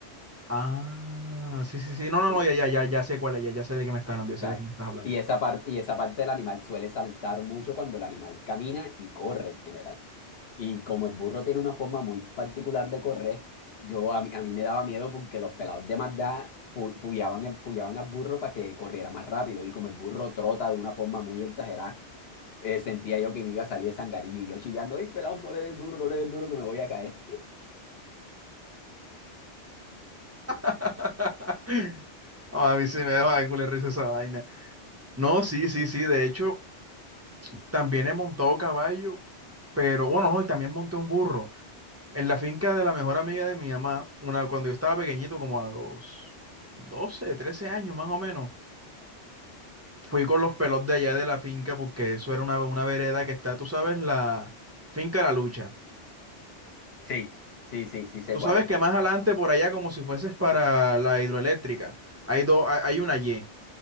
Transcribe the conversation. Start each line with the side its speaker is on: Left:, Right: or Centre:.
Right: Ah, sí, sí, sí. No, no,
Left: Sí,
Right: no, ya, ya, ya, ya sé cuál es. Ya, ya sé de qué me estás hablando. Ya sé
Left: claro.
Right: de qué me estás hablando.
Left: Y esa parte, y esa parte del animal suele saltar mucho cuando el animal camina y corre en general. Y como el burro tiene una forma muy particular de correr, yo a mí, a mí me daba miedo porque los pelados de Mazda pu- puyaban, el- puyaban al burro para que corriera más rápido. Y como el burro trota de una forma muy exagerada, eh, sentía yo que me iba a salir de sangarilla y yo chillando, ¡ay, pelados, no le den duro, no le den duro que me voy a caer!
Right: <laughs> Ah, a mí sí me deja de culo de risa esa vaina. No,
Left: Eh,
Right: sí, sí, sí. De hecho, también he montado caballo, pero bueno, no, y también monté un burro. En la finca de la mejor amiga de mi mamá, una, cuando yo estaba pequeñito, como a los 12 13 años más o menos, fui con los pelos de allá de la finca porque eso era una, una vereda que está, tú sabes, la finca La Lucha.
Left: sí, sí, sí, sí sé
Right: Tú
Left: cuál
Right: sabes
Left: es.
Right: que más adelante por allá, como si fueses para la hidroeléctrica, hay, dos, hay hay una Y,